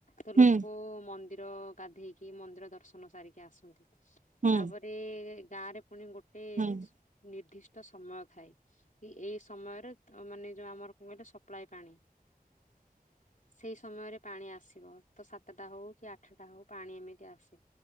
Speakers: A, on the left; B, on the right.
A: ତ
B: ହୁଁ
A: ଲୋକ ମନ୍ଦିର ଗାଧେଇକି ମନ୍ଦିର ଦର୍ଶନ ସାରିକି ଆସନ୍ତି ତାପରେ
B: ହୁଁ
A: ଗାଁ ରେ ପୁଣି ଗୋଟେ
B: ହୁଁ
A: ନିର୍ଦ୍ଦିଷ୍ଟ ସମୟ ଥାଏ କି ଏଇ ସମୟରେ ମାନେ ଯୋଉ ଆମର କଣ କହିଲେ ସପ୍ଲାାଇ ପାଣି
B: <inaudible>
A: ସେଇ ସମୟରେ ପାଣି ଆସିବ ତ ସାତଟା ହଉ କି ଆଠଟା ହଉ ପାଣି ଏମିତି ଆସେ